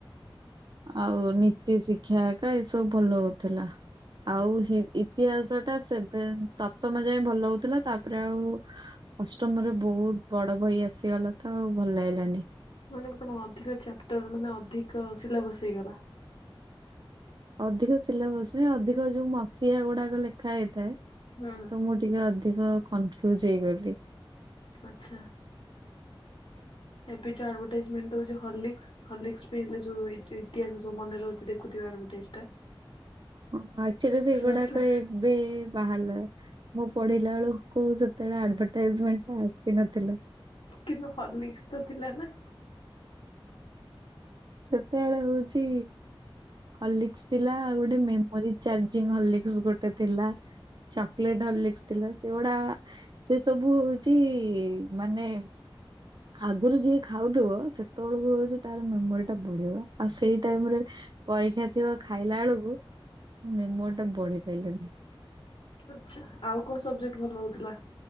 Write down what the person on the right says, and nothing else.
ଆଉ ନୀତି ଶିକ୍ଷା ଏକା, ଏ ସବୁ ଭଲ ହୋଉଥିଲା। ଆଉ ହି ଇତିହାସ ଟା ସେଭେ ସପ୍ତମ ଯାଏଁ ଭଲ ହୋଉଥିଲା, ତାପରେ ଆଉ ଅଷ୍ଟମରେ ବହୁତ ବଡ ବହି ଆସିଗଲା ତ, ଆଉ ଭଲ ଲାଗିଲାନି।
ଅଧିକ ସିଲାବସ ନାଇଁ, ଅଧିକ ଯୋଉ ମସିହା ଗୁଡାକ ଲେଖା ହେଇଥାଏ
ତ, ମୁଁ ଟିକେ ଅଧିକ କନଫ୍ୟୁଜ ହେଇଗଲି।
ହଁ ଆଚୁଆଲି ସେଗୁଡାକ
ଏବେ ବାହାରଲା। ମୋ ପଢିଲା ବେଳେକୁ ସେତେବେଳେ ଆଡଭଟାଇଜମେଣ୍ଟା ଆସିନଥିଲା।
ସେତେବେଳେ ହୋଉଚି ହଲିକ୍ସ ଥିଲା ଆଉ ଗୋଟେ ମେମୋରି ଚାର୍ଜିଂ ହଲିକ୍ସ ଗୋଟେ ଥିଲା। କେଲ୍ଟେ ହଲିକ୍ସ ଥିଲା ସେଗୁଡା ସେ ସବୁ ହୋଉଚି ମାନେ ଆଗରୁ ଯିଏ ଖାଉଥିବ ସେତେବେଳକୁ ହୋଉଚି ତାର ମେମୋରି ଟା ବଢିବ ଆଉ ସେଇ ଟାଇମରେ ପରୀକ୍ଷା ଥିବ ଖାଇଲା ବେଳକୁ ମେମୋର ଟା ବଢି ପାଇଲାନି।